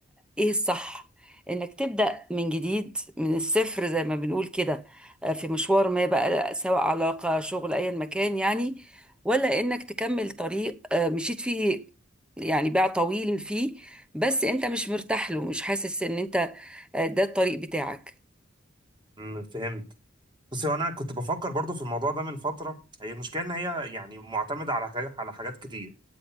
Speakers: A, in the centre; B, on the right.
A: ايه الصح انك تبدأ من جديد من الصفر زي ما بنقول كده آه، في مشوار ما بقى سواء علاقة شغل ايا مكان يعني ولا انك تكمل طريق آه، مشيت فيه يعني باع طويل فيه بس انت مش مرتاح له مش حاسس ان انت آه، ده الطريق بتاعك
B: امم، فهمت بس هو انا كنت بفكر برضو في الموضوع ده من فتره هي المشكله ان هي يعني معتمده على حاجات على حاجات كتير